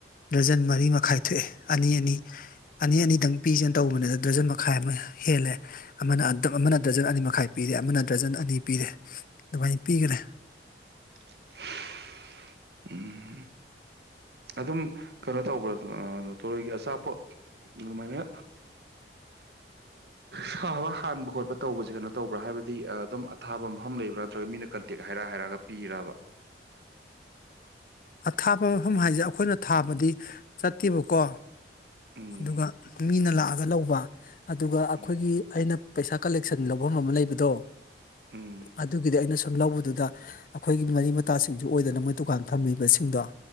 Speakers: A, on the left; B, on the right.
A: ꯗꯔꯖꯟ ꯃꯔꯤ ꯃꯈꯥꯏ ꯊꯣꯛꯑꯦ ꯑꯅꯤ ꯑꯅꯤ ꯑꯅꯤ ꯑꯅꯤꯗꯪ ꯄꯤꯁꯦꯅ ꯇꯧꯕꯅꯤꯅ ꯗꯔꯖꯟ ꯃꯈꯥꯏ ꯑꯃ ꯍꯦꯜꯂꯦ ꯑꯃꯅ ꯑꯃꯅ ꯗꯔꯖꯟ ꯑꯅꯤ ꯃꯈꯥꯏ ꯄꯤꯔꯦ ꯑꯃꯅ ꯗꯔꯖꯟ ꯑꯅꯤ ꯄꯤꯔꯦ ꯑꯗꯨꯃꯥꯏꯅ ꯄꯤꯒꯔꯦ
B: <inaudible> ꯎꯝ ꯑꯗꯨꯝ ꯀꯩꯅꯣ ꯇꯧꯕ꯭ꯔꯥ ꯊꯣꯔꯣꯏꯒꯤ ꯑꯆꯥꯄꯣꯠ ꯑꯗꯨꯃꯥꯏꯅ ꯁꯥꯕ ꯍꯥꯟꯕ ꯈꯣꯠꯄ ꯇꯧꯕꯁꯦ ꯀꯩꯅꯣ ꯇꯧꯕ꯭ꯔꯥ ꯍꯥꯏꯕꯗꯤ ꯑꯗꯨꯝ ꯑꯊꯥꯕ ꯃꯐꯝ ꯂꯩꯕ꯭ꯔꯥ ꯅꯠꯇ꯭ꯔꯒ ꯃꯤꯅ ꯀꯟꯇꯦꯛ ꯍꯥꯏꯔ ꯍꯥꯏꯔꯒ ꯄꯤꯔꯕ
A: ꯑꯊꯥꯞꯄ ꯃꯐꯝ ꯍꯥꯏꯁꯦ ꯑꯩꯈꯣꯏꯅ ꯊꯥꯕꯗꯤ ꯆꯠꯇꯦꯕꯀꯣ
B: ꯎꯝ
A: ꯑꯗꯨꯒ ꯃꯤꯅ ꯂꯥꯛꯑꯒ ꯂꯧꯕ ꯑꯗꯨꯒ ꯑꯩꯈꯣꯏꯒꯤ
B: ꯎꯝ
A: ꯑꯩꯅ ꯄꯩꯁꯥ ꯀꯂꯦꯛꯁꯟ ꯂꯧꯐꯝ ꯑꯃ ꯂꯩꯕꯗꯣ
B: ꯎꯝ
A: ꯑꯗꯨꯒꯤꯗꯤ ꯑꯩꯅꯁꯨ ꯁꯨꯝ ꯂꯧꯕꯗꯨꯗ ꯑꯩꯈꯣꯏꯒꯤ ꯃꯔꯤ ꯃꯇꯥꯁꯤꯡꯁꯨ ꯑꯣꯏꯗꯅ ꯃꯣꯏ ꯗꯨꯀꯥꯟ ꯐꯝꯃꯤꯕꯁꯤꯡꯗꯣ